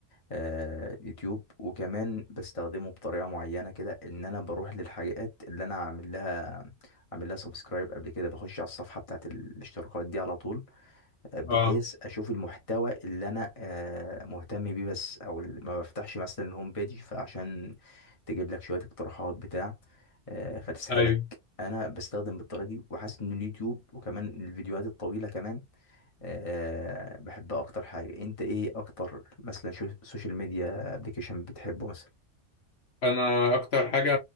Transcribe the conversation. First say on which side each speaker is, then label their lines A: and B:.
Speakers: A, on the left; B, on the left.
A: آه، يوتيوب وكمان بستخدمه بطريقة معينة كده ان انا بروح للحاجات اللي انا عامل لها عامل لها سبسكرايب قبل كده بخش على الصفحة بتاعت الاشتراكات دي على طول آه، بحيث
B: اه
A: اشوف المحتوى اللي انا آه، مهتم بيه بس او ال- ما بفتحش مثلا الهوم بيج فعشان تجيب لك شوية اقتراحات بتاع آه، فتسحلك
B: ايوه
A: انا بستخدم بالطريقه دي وحاسس ان اليوتيوب وكمان الفيديوهات الطويله كمان آه، بحبها اكتر حاجه انت ايه اكتر مثلا شو سوشيال ميديا ابلكيشن بتحبه مثلا
B: انا اكتر حاجه